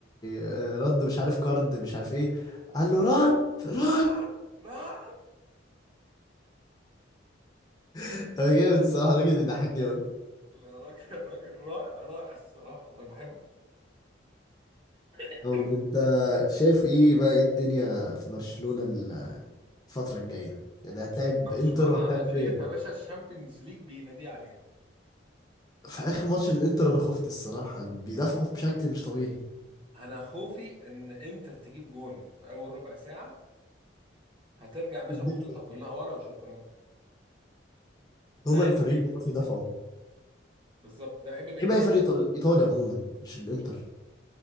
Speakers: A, on the left; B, on the right.
A: آه، رد مش عارف كارد مش عارف ايه قال له رد رد
B: <laughs> رعت رعت
A: انا جامد الصراحة الراجل بيضحكني أوي
B: لا راجل راجل رائع رائع الصراحه انا بحبه <laughs>
A: طب انت شايف ايه بقى إيه الدنيا في برشلونة الفترة الجاية؟ ده هتلاعب
B: برشلونه
A: انتر وهتلاعب
B: انا شايفها
A: ريال
B: يا باشا الشامبيونز ليج بينادي عليها
A: في اخر ماتش الانتر انا خفت الصراحه بيدافعوا بشكل مش طبيعي
B: انا خوفي ان انتر تجيب جون في اول ربع ساعه هترجع يا باشا
A: والدفاع.
B: بخطوطها كلها ورا وشكرا ده
A: هما
B: عيب
A: الايطاليين
B: الانتر
A: بيعرفوا يدافعوا
B: بالظبط ده عيب الانتر
A: عيب اي فريق إيطال- ايطالي عموما مش الانتر